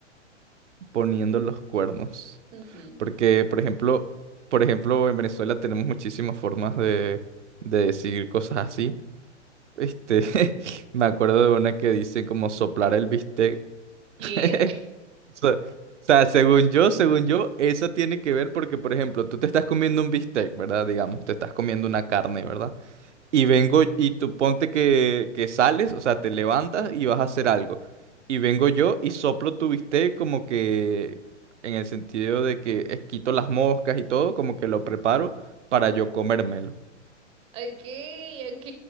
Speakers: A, on the right (about 75°); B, on the right (about 15°).
A: Poniendo los cuernos.
B: Ujú.
A: Porque, por ejemplo, por ejemplo, en Venezuela tenemos muchísimas formas de, de decir cosas así. Este, <laughs> me acuerdo de una que dicen como soplar el bistec.
B: ¿Qué?
A: <laughs> O sea, o sea, según yo, según yo, esa tiene que ver porque, por ejemplo, tú te estás comiendo un bistec, ¿verdad? Digamos, te estás comiendo una carne, ¿verdad? Y vengo y tú ponte que, que sales, o sea, te levantas y vas a hacer algo. Y vengo yo y soplo tu bistec como que en el sentido de que eh, quito las moscas y todo, como que lo preparo para yo comérmelo.
B: Ok, ok.